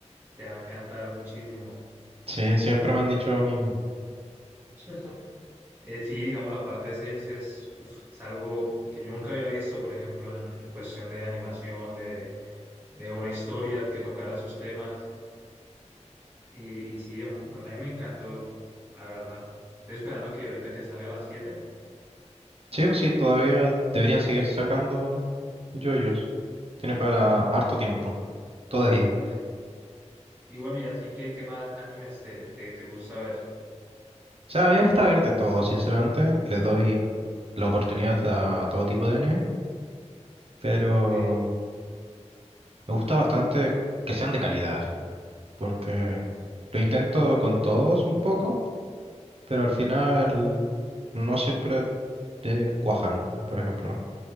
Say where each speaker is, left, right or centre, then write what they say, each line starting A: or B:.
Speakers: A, on the right (about 15°); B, on the right (about 55°).
A: te va a encantar muchísimo.
B: Sí, siempre me han dicho a mí,
A: <laughs> Eh, sí, digamos, la parte 6 es, uf, es algo que yo nunca había visto, por ejemplo, en, en cuestión de animación, de, de una historia que tocara esos temas. Y, y sí, a mí me encantó, la verdad. Estoy esperando que ahorita que salga a las siete
B: sí, pues sí, todavía deberían seguir sacando yoyos. Tiene para harto tiempo, todavía.
A: Y bueno, y así, ¿qué, qué más animes te, te, te gusta ver?
B: O sea, a mí me gusta ver de todo, sinceramente. Le doy la oportunidad a todo tipo de anime, pero...
A: Ok.
B: Me gusta bastante que sean de calidad eso, ¿no? porque lo intento con todos un poco, pero al final no siempre te cuajan, por ejemplo.